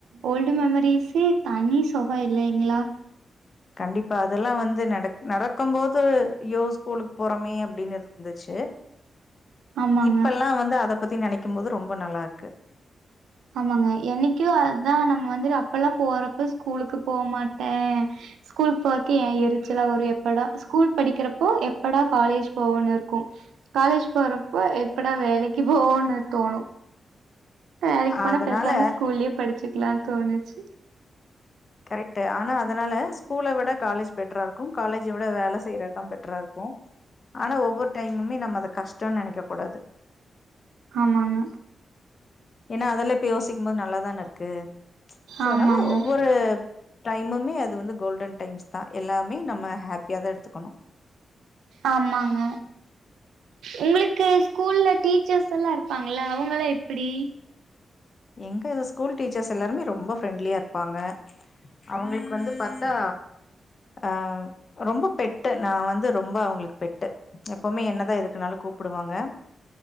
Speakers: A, on the right; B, on the left.
A: ஓல்ட் மெமரிஸி தனி சொகோ இல்லைங்ளா
B: கண்டிப்பா அதெல்லா வந்து நடக் நடக்கும் போது ஐயோ ஸ்கூலுக் போறமே அப்டின்னு இருந்திச்சு
A: ஆமாங்க
B: இப்பெல்லா வந்து அத பத்தி நெனைக் கும் போது ரொம்ப நல்லா இருக்கு
A: ஆமாங்க என்னைக்கு அதா நம்ம வந்து அப்பல்லா போறப்ப ஸ்கூலுக்கு போமாட்டே ஸ்கூல் போறக்கே ஏ எரிச்சலா வரு எப்படா ஸ்கூல் படிக்கறப்போ எப்படா காலேஜ் போவோன்னு இருக்கு காலேஜ் போறப்போ எப்படா வேலைக்கு போவோன்னு தோணு வேலைக்கு போனா
B: அதனால
A: பேசாம ஸ்கூல்லே படிச்சிக்லான் தோணுச்சி
B: கரெக்ட் ஆனா அதனால ஸ்கூல விட காலேஜ் பெட்ரா இருக்கு காலேஜ விட வேல செய்ற எடோ பெட்டரா இருக்கு ஆனா ஒவ்வொரு டைமுமே நம்ம அத கஷ்டம்னு நெனைக்க கூடாது
A: ஆமாங்க
B: ஏனா அதெல்லா இப்ப யோசிக்கும் போது நல்லாதான இருக்கு சோ
A: ஆமாங்க
B: அதனால ஒவ்வொரு டைமுமே அது வந்து கோல்டன் டைம்ஸ் தா எல்லாமே நம்ம ஹேப்பியா தா எடுத்துக்கணு
A: ஆமாங்க உங்ளுக்கு ஸ்கூல்ல டீச்சர்ஸ் எல்லா இருப்பாங்கள அவுங்கலா எப்டி
B: எங்க ஸ்கூல் டீச்சர்ஸ் எல்லாருமே ரொம்ப ஃப்ரெண்ட்லியா இருப்பாங்க அவுங்களுக்கு வந்து பாத்தா அ ரொம்ப பெட்டு நா வந்து ரொம்ப அவுங்ளுக் பெட்டு எப்பவுமே என்னதா எதுக்குனாலு கூப்புடுவாங்க